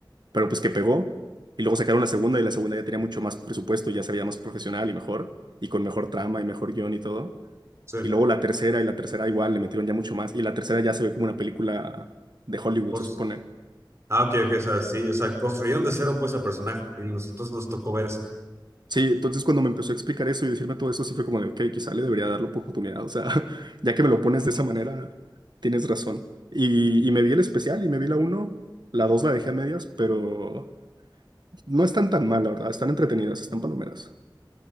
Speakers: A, on the right; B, on the right.
A: pero pues que pegó. Y luego sacaron la segunda y la segunda ya tenía mucho más presupuesto, ya se veía más profesional y mejor, y con mejor trama y mejor guión y todo.
B: Sí.
A: Y luego la tercera y la tercera igual le metieron ya mucho más. Y la tercera ya se ve como una película de Hollywood,
B: Pues.
A: se supone.
B: Ah, ok, ok. O sea, sí. O sea, construyeron de cero pues el personaje. Y nosotros nos tocó ver eso.
A: Sí, entonces cuando me empezó a explicar eso y decirme todo eso, sí fue como de, ok, quizá le debería dar la oportunidad. O sea, <laughs> ya que me lo pones de esa manera, tienes razón. Y, y me vi el especial y me vi la uno, la 2 la dejé a medias, pero no están tan mal, la verdad. Están entretenidas, están palomeras.